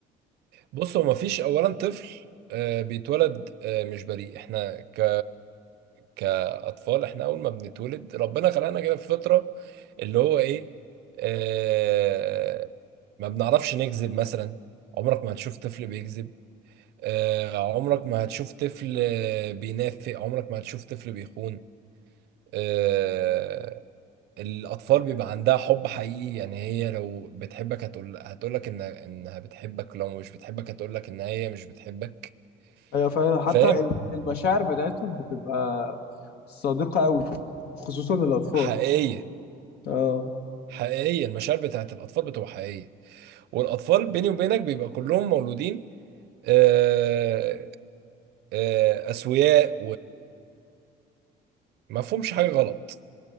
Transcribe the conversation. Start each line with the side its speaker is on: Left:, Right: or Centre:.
Right: بص هو مفيش اولا طفل آه، بيتولد آه، مش بريء احنا ك كاطفال احنا اول ما بنتولد ربنا خلقنا كده في فطره اللي هو ايه آه، ما بنعرفش نكذب مثلا عمرك ما هتشوف طفل بيكذب آه، عمرك ما هتشوف طفل آه، بينافق عمرك ما هتشوف طفل بيخون آه، الأطفال بيبقى عندها حب حقيقي يعني هي لو بتحبك هتقول هتقولك إن إنها بتحبك لو مش بتحبك هتقولك إن هي مش بتحبك
Left: ايوه فعلا حتى
Right: فاهم
Left: الم- المشاعر بتاعتهم بتبقى صادقة قوي خصوصا الاطفال
Right: حقيقية
Left: اه
Right: حقيقية المشاعر بتاعت الأطفال بتبقى حقيقية والأطفال بيني وبينك بيبقى كلهم مولودين آه، آه، أسوياء ومفهومش حاجة غلط